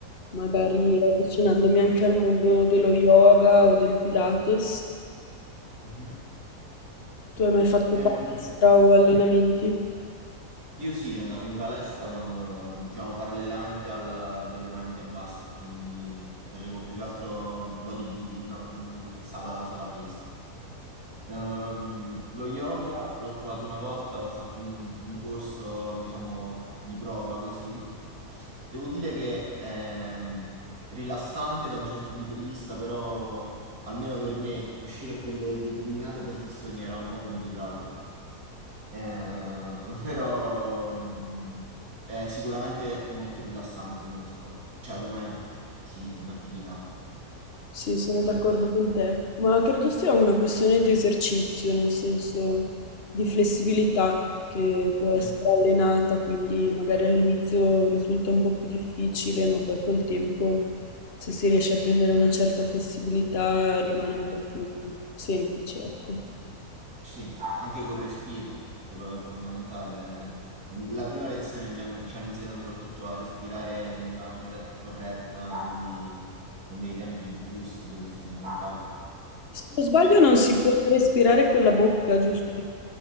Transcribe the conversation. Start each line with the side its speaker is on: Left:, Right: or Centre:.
Left: magari
Right: Ok.
Left: avvicinandomi anche al mondo dello yoga o del Pilates.
Right: Mhm.
Left: Tu hai mai fatto
Right: Ehm,
Left: palestra o allenamenti?
Right: io sì, andavo in palestra quando, diciamo, parallelamente al- agli allenamenti a basket, quindi facevo più che altro bodybuilding, no? Quindi sala, sala pesi. Ehm, lo yoga l'ho provato una volta, ho fatto un, un corso, diciamo, di prova così. Devo dire che è ehm, rilassante da un certo punto di vista, però almeno per me riuscire a prendere determinate posizioni era un po' complicato. Eh, <laughs> però mm, è sicuramente molto rilassante come sport, cioè come, sì, come attività.
Left: Sì, sono d'accordo con te, ma credo sia una questione di esercizio, nel senso di flessibilità che può essere
Right: Mhm.
Left: allenata, quindi magari all'inizio risulta un po' più difficile, ma poi col tempo, se si riesce a prendere una certa flessibilità, rimane un po' più semplice, ecco.
Right: Sì, anche col respiro, sopra- è fondamentale. Ehm, La prima lezione mi hanno- ci hanno insegnato soprattutto a respirare nella maniera corretta, quindi con dei tempi giusti, quello è fondamentale.
Left: Se non sbaglio non si può respirare con la bocca, giusto?